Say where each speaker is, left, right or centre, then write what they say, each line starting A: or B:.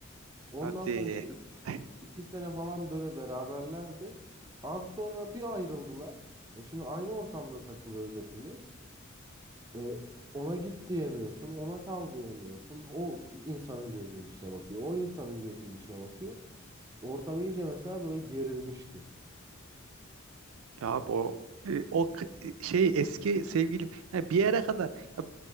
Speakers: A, on the right; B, on the right.
A: Ondan
B: Hadi.
A: sonra işte iki,
B: <laughs>
A: iki sene falan böyle beraberlerdi. Abi sonra bir ayrıldılar. E şimdi aynı ortamda takılıyoruz hepimiz. E, ona git diyemiyorsun, ona kal diyemiyorsun. O insanın gözünün içine bakıyor. O insanın gözünün içine bakıyor. Ortam iyice mesela böyle gerilmişti.
B: Ya bu e, o k- e, şey eski sevgilim yani bir yere kadar ya